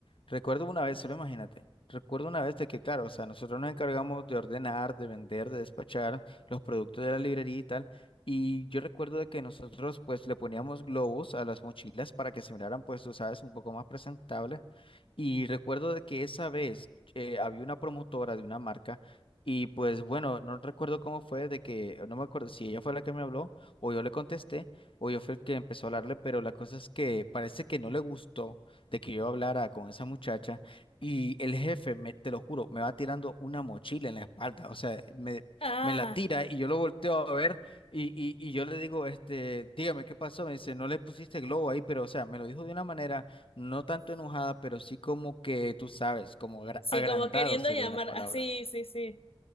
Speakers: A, on the left; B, on the left.
A: recuerdo una vez, solo imagínate, recuerdo una vez de que, claro, o sea, nosotros nos encargamos de ordenar, de vender, de despachar los productos de la librería y tal. Y yo recuerdo de que nosotros pues le poníamos globos a las mochilas para que se miraran pues, tú sabes, un poco más presentables. Y recuerdo de que esa vez eh, había una promotora de una marca y pues bueno, no recuerdo cómo fue de que, no me acuerdo si ella fue la que me habló o yo le contesté, o yo fui el que empezó a hablarle, pero la cosa es que parece que no le gustó de que yo hablara con esa muchacha y el jefe, me, te lo juro, me va tirando una mochila en la espalda, o sea, me,
B: Ah,
A: me la tira y yo lo volteo a ver y, y, y yo le digo, este, dígame qué pasó, me dice, no le pusiste globo ahí, pero o sea, me lo dijo de una manera no tanto enojada, pero sí como que tú sabes, como agra-
B: sí,
A: agrandado
B: como queriendo
A: sería
B: llamar,
A: la palabra.
B: así, sí, sí. sí.